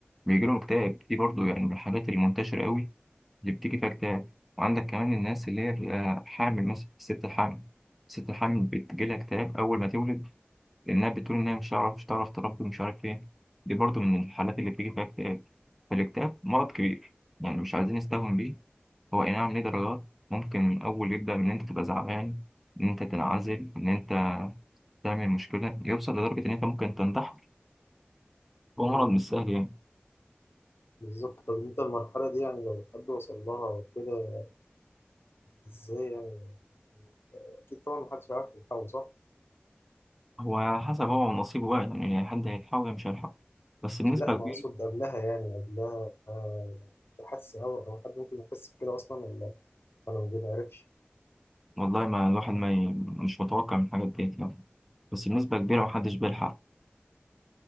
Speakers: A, in the centre; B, on the left.
A: بيجي لهم اكتئاب دي برضو يعني من الحالات المنتشرة قوي اللي بتيجي فيها اكتئاب وعندك كمان الناس اللي هي بتبقى حامل مثلا الست الحامل الست الحامل بتجي لها اكتئاب أول ما تولد لأنها بتقول إنها مش هتعرف مش هتعرف تربي ومش عارف إيه دي برضو من الحالات اللي بتيجي فيها اكتئاب فالاكتئاب مرض كبير يعني مش عايزين نستهون بيه هو اي نعم ليه درجات ممكن من اول يبدا من ان انت تبقى زعلان ان انت تنعزل ان انت تعمل مشكله يوصل لدرجه ان انت ممكن تنتحر هو
B: مم.
A: مرض مش سهل يعني
B: بالظبط طب أنت المرحلة دي يعني لو حد وصل لها كده إزاي يعني أكيد طبعا محدش عارف يلحقه صح؟
A: هو حسب هو ونصيبه بقى يعني يعني حد هيلحقه يا مش هيلحقه بس بنسبه
B: لا أنا
A: كبيره
B: أقصد قبلها يعني قبلها آه، لو حد حس أو أو حد ممكن يحس بكده أصلا ولا ولا ما بيتعرفش
A: والله ما الواحد ما ي... مش متوقع من حاجه ديت يعني بس بنسبه كبيره محدش بيلحق